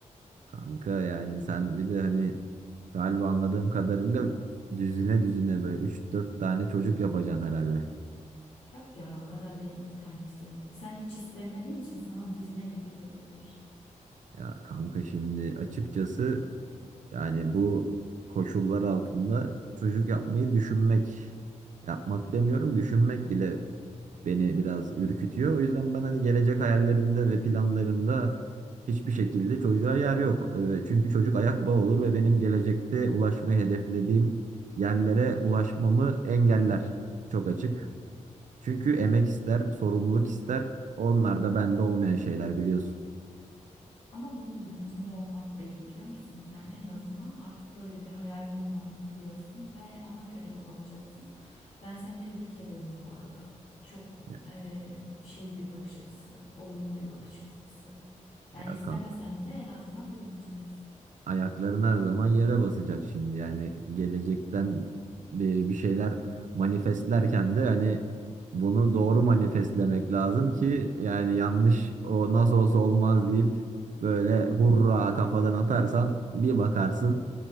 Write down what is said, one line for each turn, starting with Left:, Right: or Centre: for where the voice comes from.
Right: Kanka yani sen bir de hani galiba anladığım kadarıyla düzine düzine böyle üç dört tane çocuk yapacaksın herhalde.
Left: Yok ya o kadar değil iki tane istiyorum. Sen hiç istemediğin için sana düzine gibi gelebilir.
Right: Ya kanka şimdi açıkçası yani bu koşullar altında çocuk yapmayı düşünmek, yapmak demiyorum düşünmek bile beni biraz ürkütüyor. O yüzden ben hani gelecek hayallerimde ve planlarımda hiçbir şekilde çocuğa yer yok. Ee, Çünkü çocuk ayak bağı olur ve benim gelecekte ulaşmayı hedeflediğim yerlere ulaşmamı engeller. Çok açık. Çünkü emek ister, sorumluluk ister. Onlar da bende olmayan şeyler biliyorsun.
Left: Ama bunun bilincinde olmak da iyi biliyor musun? Yani en azından artık böyle bir hayalin olmadığını biliyorsun ve ona göre yol alacaksın. Ben seni tebrik ediyorum bu arada. Çok
Right: Ya,
Left: eee, şey bir bakış açısı, olumlu bir bakış açısı. Yani
Right: ya
Left: istemesen
Right: kanka.
Left: de en azından bilincindesin.
Right: Ayakların her zaman yere basacak şimdi. Yani gelecekten bir, bir şeyler manifestlerken de hani bunu doğru manifestlemek lazım ki yani yanlış o nasıl olsa olmaz deyip böyle hurra kafadan atarsan bir bakarsın